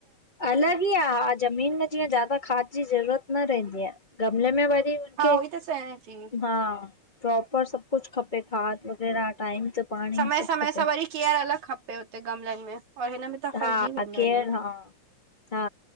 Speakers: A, on the left (about 15°); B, on the right (about 80°).
A: अलग इ आ ज़मीन में जीअं ज्यादा खाद जी ज़रूरत न रहंदी आ, गमले में वर री हुनखे
B: हा उहोई त चयां थी
A: हा प्रोपर सबु कुछ खपे खाद वग़ैरह टाइम ते पाणी
B: समय
A: सभु
B: समय
A: खपे
B: सां वरी केअर अलॻि खपे हुते गमलनि में और हिन में त फलजी
A: हा
B: वेंदा
A: केयर
B: आहिनि
A: हा हा